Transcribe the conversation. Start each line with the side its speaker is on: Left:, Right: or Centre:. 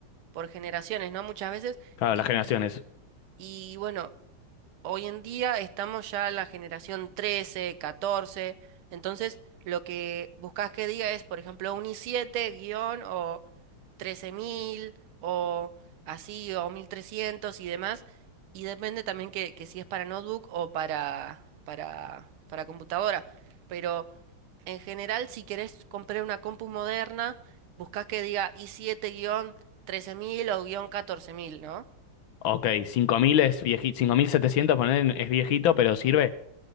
Right: por generaciones, ¿no? Muchas veces.
Left: Claro,
Right: Y,
Left: las generaciones es...
Right: y bueno. Hoy en día estamos ya en la generación 13, 14, entonces lo que buscas que diga es, por ejemplo, un i siete guión o 13000 o así, o 1300 y demás, y depende también que, que si es para notebook o para, para, para computadora, pero en general si querés comprar una compu moderna, buscas que diga i siete guión 13000 o guión 14000, ¿no?
Left: ok, cinco mil es viejito, 5700 poner es viejito, pero sirve.